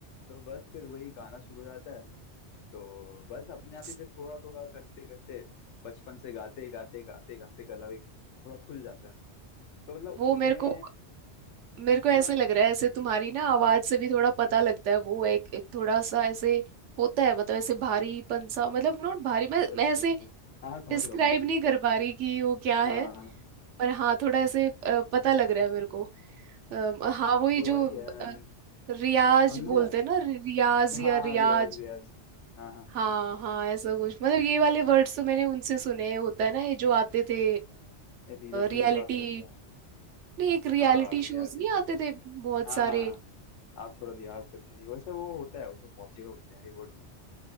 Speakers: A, on the left; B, on the right.
A: तो बस फिर वही गाना शुरू हो जाता है तो बस अपने
B: Yes.
A: आप ही फिर थोड़ा थोड़ा करते करते बचपन से गाते गाते गाते गाते गला भी थोड़ा खुल जाता है तो मतलब
B: वो
A: उतने
B: मेरे को मेरे को
A: हाँ
B: ऐसे लग रहा है ऐसे तुम्हारी ना आवाज से भी थोड़ा पता लगता है वो एक एक थोड़ा सा ऐसे होता है मतलब ऐसे भारीपन सा मतलब नॉट भारी मैं
A: Yes
B: मैं ऐसे
A: yes yes हाँ हाँ, समझ
B: डिस्क्राइब
A: रहा हूँ मैं
B: नहीं कर पा रही कि वो क्या है
A: हाँ हाँ, हाँ।
B: पर हाँ थोड़ा ऐसे अ, पता लग रहा है मेरे को अ, हाँ वही
A: तो
B: जो
A: वही है
B: अ,
A: like,
B: रियाज
A: हमने
B: बोलते हैं ना रियाज या
A: हाँ
B: रियाज
A: हाँ रियाज रियाज हाँ हाँ
B: हाँ हाँ ऐसा कुछ मतलब ये वाले वर्ड्स तो मैंने उनसे सुने हैं। होता है ना ये जो आते थे
A: रील्स में
B: रियलिटी
A: भी तो आते रहते हैं
B: नहीं एक रियलिटी
A: हाँ रियलिटी
B: शोज नहीं
A: शोज
B: आते थे बहुत
A: हाँ
B: सारे
A: हाँ हाँ, आप थोड़ा रियाज करके आइए। वैसे वो होता है वो तो पहुंचेगा बोलते हैं रिवॉर्ड तो